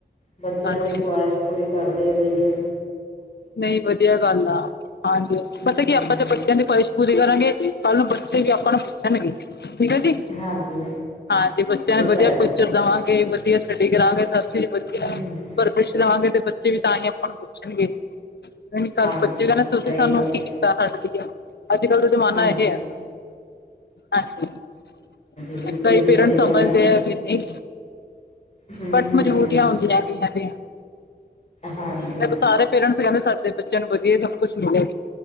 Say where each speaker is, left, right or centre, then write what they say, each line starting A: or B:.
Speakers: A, on the left; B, on the left.
A: ਬੱਚਿਆਂ
B: ਹਾਂਜੀ
A: ਦੀ ਖਵਾਹਿਸ਼ ਪੂਰੀ ਕਰਦੇ ਰਈਏ।
B: ਨਹੀਂ ਵਧੀਆ ਗੱਲ ਆ, ਹਾਂਜੀ
A: ਹਮ
B: ਪਤਾ ਕੀ
A: ਹਮ
B: ਆਪਾਂ ਜੇ ਬੱਚਿਆਂ ਦੀ ਖਹਿਸ਼ ਪੂਰੀ ਕਰਾਂਗੇ ਕੱਲ ਨੂੰ ਬੱਚੇ ਵੀ ਆਪ ਨੂੰ ਪੁੱਛਣਗੇ ਠੀਕ ਐ ਜੀ,
A: ਹਾਂਜੀ
B: ਹਾਂਜੀ ਬੱਚਿਆਂ
A: ਇਹ
B: ਨੂੰ ਵਧੀਆ
A: ਤਾਂ ਹੈ ਜੀ
B: ਫਿਊਚਰ ਦੇਵਾਂਗੇ ਵਧੀਆ ਗੱਡੀ ਕਰਾਂਗੇ ਸਭ ਚੀਜ਼ ਵਧੀਆ
A: ਹਮ ਹਮ
B: ਪੁੱਛ ਲਵਾਂਗੇ ਤੇ ਬੱਚੇ ਵੀ ਤਾਂ ਹੀ ਆਪਾਂ ਨੂੰ ਪੁੱਛਣਗੇ ਨਹੀਂ ਕੱਲ
A: ਹਾਂਜੀ
B: ਬੱਚੇ ਵੀ ਕਹਿੰਦੇ ਤੁਸੀ
A: ਸਹੀ
B: ਸਾਨੂੰ
A: ਗੱਲ ਹੈ
B: ਤਾਂ ਹਟਦੀ ਆ ਅੱਜ ਕਲ ਦਾ ਜ਼ਮਾਨਾ
A: ਹਾਂਜੀ
B: ਇਹ ਆ ਹਾਂਜੀ
A: ਬਿਲਕੁਲ
B: ਕਈ
A: ਜੀ
B: ਪੇਰੈਂਟ
A: ਸਹੀ
B: ਸਮਝਦੇ
A: ਗੱਲ ਹੈ
B: ਆ ਕਿ ਨਹੀਂ।
A: ਹੂੰ
B: ਬਟ
A: ਹੂੰ
B: ਮਜਬੂਰੀਆਂ
A: ਹੂੰ
B: ਹੁੰਦੀਆਂ ਕਈਆਂ ਦੇ
A: ਹਾਂਜੀ
B: ਮੈਂ
A: ਹੂੰ
B: ਸਾਰੇ ਪੇਰੈਂਟਸ ਕਹਿੰਦੇ ਸਾਡੇ ਬੱਚਿਆਂ ਨੂੰ ਵਧੀਆ ਹੀ ਸਭ ਕੁਝ ਮਿਲੇ